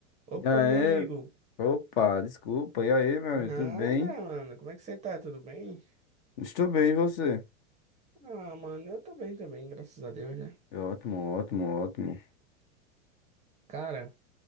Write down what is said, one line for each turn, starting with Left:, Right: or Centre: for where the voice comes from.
Right: Opa,
Left: E aí,
Right: meu amigo.
Left: opa, desculpa. E aí, meu
Right: Nada,
Left: amigo, tudo bem?
Right: mano. Como é que você tá? Tudo bem?
Left: Estou bem, e você?
Right: Ah, mano, eu tô bem também, graças a Deus, né?
Left: Ótimo, ótimo, ótimo.
Right: Cara,